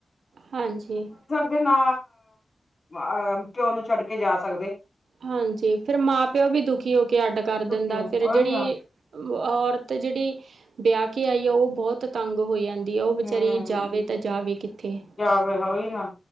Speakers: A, on the right; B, on the left.
A: ਹਾਂਜੀ।
B: ਤੇ ਨਾ ਅਹ ਪਿਓ ਨੂੰ ਛੱਡ ਕੇ ਜਾ ਸਕਦੇ।
A: ਹਾਂਜੀ ਫਿਰ ਮਾਂ-ਪਿਓ ਵੀ ਦੁਖੀ ਹੋ ਕੇ ਅੱਡ ਕਰ
B: ਦੁਖੀ
A: ਦਿੰਦਾ
B: ਉਹੀ
A: ਫਿਰ ਜੇੜੀ
B: ਨਾ
A: ਔਰਤ ਜੇੜੀ ਵਿਆ ਕੇ ਆਈ ਆ ਉਹ ਬੋਤ ਤੰਗ ਹੋ ਜਾਂ ਦੀ
B: ਹਮ
A: ਆ ਉਹ ਵਿਚਾਰੀ ਜਾਵੇ ਤਾਂ ਜਾਵੇ ਕਿੱਥੇ
B: ਜਾਵੇ ਔ ਵੀ ਨਾ